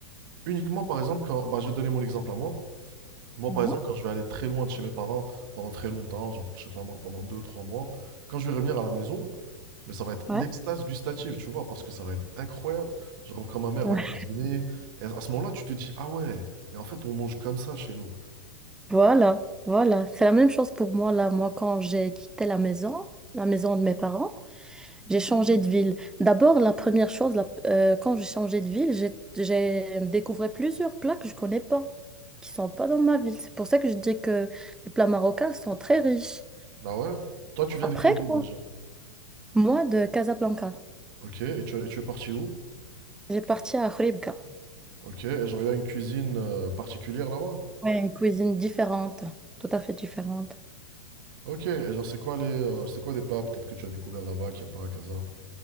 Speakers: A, on the right; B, in the centre.
A: uniquement, par exemple, quand, bah, je vais te donner mon exemple à moi. Moi,
B: Bonjour.
A: par exemple, quand je vais aller très loin de chez mes parents pendant très longtemps, genre, je sais pas moi, pendant deux trois mois, quand je vais revenir à la maison, mais ça va être
B: Ouais.
A: l'extase gustative, tu vois, parce que ça va être incroyable. Genre, quand ma mère
B: Ouais.
A: va cuisiner, et à ce moment-là, tu te dis, ah ouais, mais en fait, on mange comme ça chez nous.
B: Voilà, voilà. C'est la même chose pour moi là. Moi, quand j'ai quitté la maison, la maison de mes parents, J'ai changé de ville. D'abord, la première chose, la- euh, quand j'ai changé de ville, j'ai j'ai découvert plusieurs plats que je connais pas, qui sont pas dans ma ville. C'est pour ça que je dis que les plats marocains sont très riches.
A: Bah ouais. Toi, tu viens
B: Après,
A: de quelle ville
B: quand-
A: déjà?
B: moi, de Casablanca,
A: Ok, et tu, et tu es parti où?
B: j'ai parti à Khouribga.
A: Ok, et genre, il y a une cuisine euh, particulière là-bas?
B: Ouais, une cuisine différente, tout à fait différente.
A: Ok, et genre, c'est quoi les, euh, c'est quoi des plats peut-être que tu as découvert là-bas, qu'il n'y a pas à Casa?